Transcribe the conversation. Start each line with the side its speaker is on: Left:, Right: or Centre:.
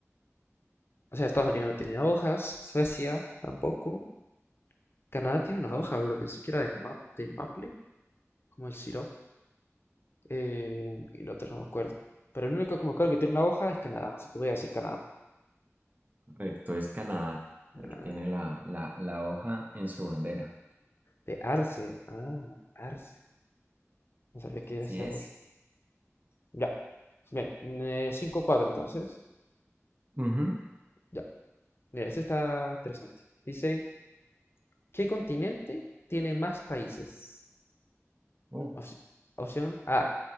Left: O sea, Estados Unidos no tiene hojas, Suecia tampoco. Canadá tiene una hoja, pero pensé que era de, map, de maple, como el sirope. eh, y el otro no me acuerdo. Pero el único que me acuerdo que tiene una hoja es Canadá, así que voy a decir Canadá.
Right: Correcto, es Canadá, el
Left: Ah,
Right: que tiene la, la, la hoja en su bandera.
Left: de arce, ah, arce. No sabía que
Right: Así
Left: era ese
Right: es.
Left: árbol. Ya, bien, eh, cinco cuatro entonces.
Right: Ujú.
Left: Ya, mira, este está interesante. Dice, ¿qué continente tiene más países?
Right: uh
Left: Opci- opción A,